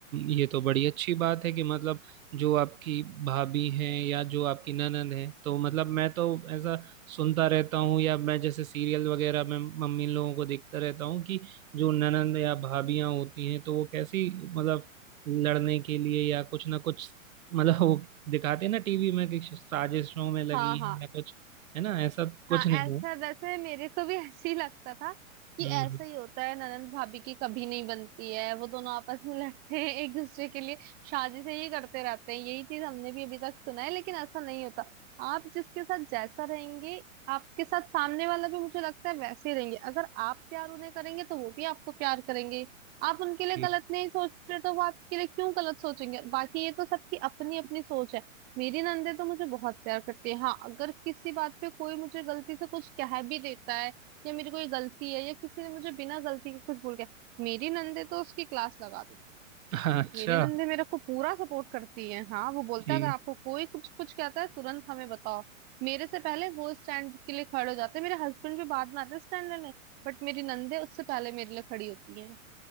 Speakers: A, on the right (about 80°); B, on the right (about 20°).
A: ये तो बड़ी अच्छी बात है कि मतलब जो आपकी भाभी है या जो आपकी ननद है तो मतलब मैं तो ऐसा सुनता रहता हूँ या मैं जैसे सीरियल वगैरह में मम्मी इन लोगों को देखता रहता हूँ कि जो ननद या भाभियाँ होती हैं तो वो कैसी मतलब लड़ने के लिए या कुछ ना कुछ मतलब वो दिखाते हैं ना टीवी में कि साजिशों में लगी
B: हाँ
A: है
B: हाँ
A: या कुछ है ना ऐसा कुछ
B: हाँ
A: नहीं
B: ऐसा
A: है
B: वैसे मेरे को भी <laughs> ऐसे ही लगता था कि
A: हम्म
B: ऐसा ही होता है ननंद भाभी की कभी नहीं बनती है वो दोनों आपस में लड़ते हैं एक दूसरे के लिए शादी से ही करते रहते हैं यही चीज हमने भी अभी तक सुना है लेकिन ऐसा नहीं होता आप जिसके साथ जैसा रहेंगे आपके साथ सामने वाला भी मुझे लगता है वैसे ही रहेंगे अगर आप प्यार उन्हें करेंगे तो वो भी आपको प्यार करेंगे आप उनके लिए
A: जी।
B: गलत नहीं सोच रहे तो वो आपके लिए क्यों गलत सोचेंगे बाकी ये तो सबकी अपनी अपनी सोच है मेरी नंदे तो मुझे बहुत प्यार करती है हाँ अगर किसी बात पे कोई मुझे गलती से कुछ कह भी देता है या मेरी कोई गलती है या किसी ने मुझे बिना गलती के कुछ बोल गया मेरी नंदे तो उसकी क्लास लगा देती है
A: अच्छा
B: मेरी नंदे मेरे को पूरा सपोर्ट करती है हाँ वो बोलता
A: जी
B: है अगर आपको कोई कुछ कुछ कहता है तुरंत हमें बताओ मेरे से पहले वो स्टैंड के लिए खड़े हो जाते हैं मेरे हस्बैंड भी बाद में आते हैं स्टैंड लेने बट मेरी नंदे उससे पहले मेरे लिए खड़ी होती है